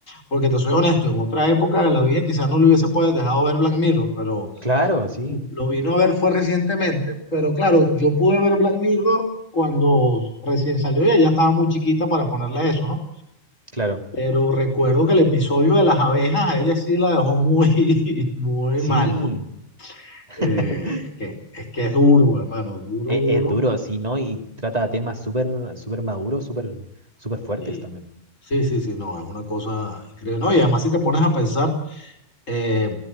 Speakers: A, on the left; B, on the right.
A: porque te soy honesto, en otra época de la vida quizás no le hubiese podido dejado ver Black Mirror, pero
B: claro, sí,
A: lo vino a ver fue recientemente, pero claro, yo pude ver Black Mirror cuando recién salió y ella estaba muy chiquita para ponerle eso, ¿no?
B: claro.
A: Pero recuerdo que el episodio de las abejas a ella sí la dejó muy, <laughs> muy
B: Sí.
A: mal, pues.
B: <laughs>
A: Eh, es que, es que es duro, hermano, duro,
B: Es,
A: duro.
B: es duro, sí, ¿no? Y trata temas súper, súper maduros, súper, súper fuertes
A: Y
B: también.
A: sí, sí, sí, no, es una cosa increíble. No, y además si te pones a pensar, eh,